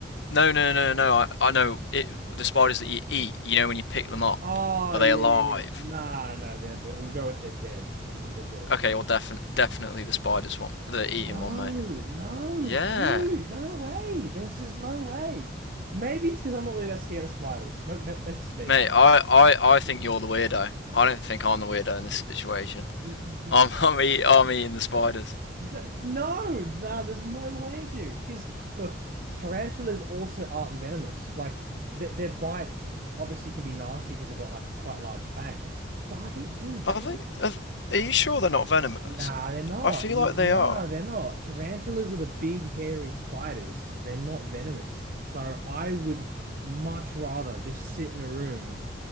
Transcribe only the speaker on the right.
Oh,
yeah,
yeah, yeah. Nah, no, they're, they're, we'll go with they're dead. They're dead.
D
no,
no,
dude, no way. There's just no way. Maybe it's because I'm not really that scared of spiders. Maybe, maybe that's just me.
<clears throat>
N-
n-
D no, no, there's no way, dude. Because look, tarantulas also aren't venomous. Like th their bite obviously can be nasty because they've got like quite large fangs. But I think, dude,
ten.
mi-
Nah, they're not.
N-
Nah,
they're not. Tarantulas are the big hairy spiders. They're not venomous. So I would much rather just sit in a room